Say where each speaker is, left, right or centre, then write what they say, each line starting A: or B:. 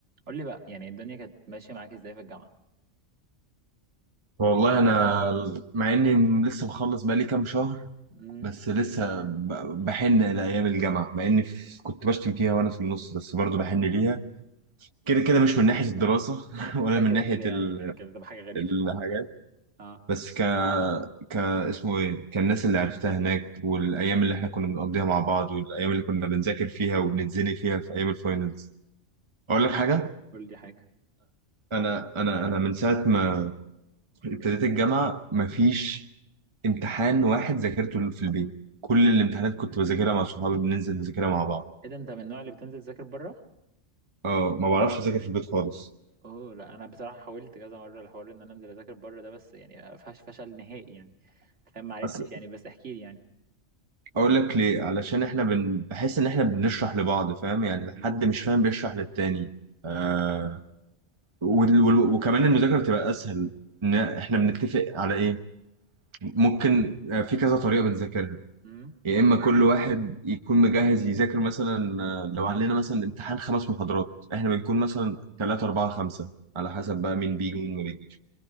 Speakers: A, on the right (about 65°); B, on the right (about 25°).
A: قول لي بقى يعني الدنيا كانت ماشية معاك ازاي في الجامعة؟
B: والله انا مع اني لسه مخلص بقالي كام شهر
A: امم
B: بس لسه ب- بحن لايام الجامعه مع اني ف- كنت بشتم فيها وانا في النص بس برضو بحن ليها كده كده مش من ناحيه الدراسه <laughs> ولا
A: ده
B: من
A: كده
B: ناحيه
A: كده يعني
B: ال-
A: يعني كده تبقى حاجة غريبة
B: الحاجات
A: اه
B: بس ك ك اسمه ايه كالناس اللي عرفتها هناك والايام اللي احنا كنا بنقضيها مع بعض والايام اللي كنا بنذاكر فيها وبنتزني فيها في ايام الفاينلز اقول لك حاجه
A: قول لي حاجة
B: انا انا انا من ساعه ما ابتديت الجامعة مفيش امتحان واحد ذاكرته في البيت كل الامتحانات كنت بذاكرها مع صحابي بننزل نذاكرها مع بعض
A: ايه ده انت من النوع اللي بتنزل تذاكر بره؟
B: اه ما بعرفش اذاكر في البيت خالص
A: اوه لا انا بصراحة حاولت كذا مرة الحوار ان انا انزل اذاكر بره ده بس يعني فش فشل نهائي يعني فاهم ما عرفتش
B: أصل
A: يعني بس احكي لي يعني
B: اقول لك ليه علشان احنا بن... بحس ان احنا بنشرح لبعض فاهم يعني
A: امم
B: حد مش فاهم بيشرح للتاني آه... وال... وال... وكمان المذاكرة بتبقى اسهل ان احنا بنتفق على ايه ممكن آه، في كذا طريقة بنذاكرها
A: امم
B: يا اما كل واحد يكون مجهز يذاكر مثلا آه، لو علينا مثلا امتحان خمس محاضرات احنا بنكون مثلا ثلاثة أربعة خمسة على حسب
A: امم
B: بقى مين بيجي ومين ما بيجيش